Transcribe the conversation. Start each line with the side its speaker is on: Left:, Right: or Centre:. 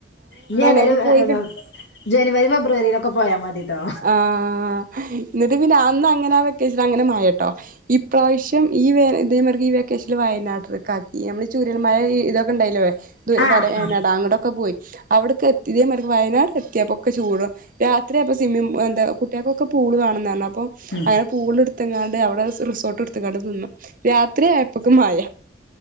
Left: ഇനി ഏതായാലും.
Right: നമുക്ക് പോയി
Left: ജനുവരി ഫെബ്രുവരിയിലൊക്കെ പോയാ മതിട്ടോ.
Right: ആഹ് എന്നിട്ട് പിന്നെ അന്നങ്ങനെ വെക്കേഷനങ്ങനെ മയെ. ട്ടോ ഇപ്രാവശ്യം ഈ വ ഇതേമാറി ഈ. വെക്കേശല് വയനാട്ടിലേക്ക് ആക്കി ഞമ്മള് ചുരൽമല ഇതൊക്കെ ഉണ്ടായില്ലേ
Left: ആഹ്
Right: വരടം
Left: ആഹ്
Right: അവ്ടൊക്കെ പോയി. അവിടക്കെത്തി ഇതേമാരി വയനാട് എത്തിയപ്പൊ ഒക്കെ ചൂടും രാത്രിയപ്പ. സിമ്മി എന്താ കുട്ട്യേൾക്കൊക്കെ പൂള് വെണംന്ന് പറഞ്ഞ അപ്പൊ
Left: ഉം
Right: അങ്ങനെ. പൂള് എടുത്തെങ്ങാണ്ട് അവിടെ റിസോർട്ട് എടുത്തങ്ങാണ്ട് നിന്ന് രാത്രി ആയപ്പൊക്ക് മഴ.